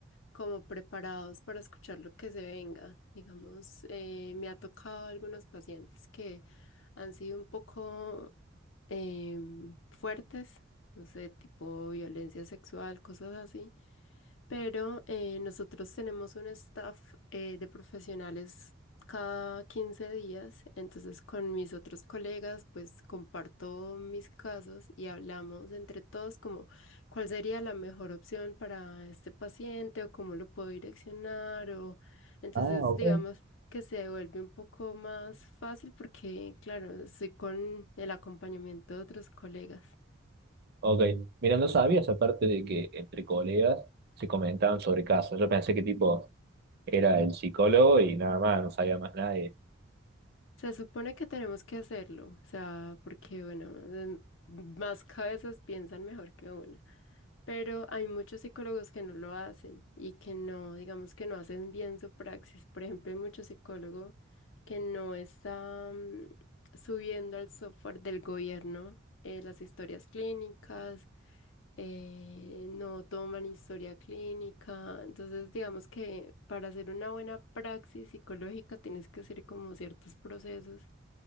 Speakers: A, on the left; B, on the right.
A: como preparados para escuchar lo que se venga. Digamos, eh, me ha tocado algunos pacientes que han sido un poco em, fuertes, no sé, tipo violencia sexual, cosas así pero eh, nosotros tenemos un staff eh, de profesionales cada 15 días, entonces con mis otros colegas pues comparto mis casos y hablamos entre todos como cuál sería la mejor opción para este paciente o cómo lo puedo direccionar o entonces
B: Ah, ok.
A: digamos que se vuelve un poco más fácil porque claro, estoy con el acompañamiento de otros colegas.
B: Ok, mira, no sabías aparte de que entre colegas se comentaban sobre casos. Yo pensé que tipo era el psicólogo y nada más, no sabía más nadie.
A: Se supone que tenemos que hacerlo, o sea, porque bueno, em, más cabezas piensan mejor que una, pero hay muchos psicólogos que no lo hacen y que no, digamos que no hacen bien su praxis. Por ejemplo, hay muchos psicólogos que no están subiendo al software del gobierno eh, las historias clínicas eh, no toman historia clínica. Entonces, digamos que para hacer una buena praxis psicológica tienes que hacer como ciertos procesos.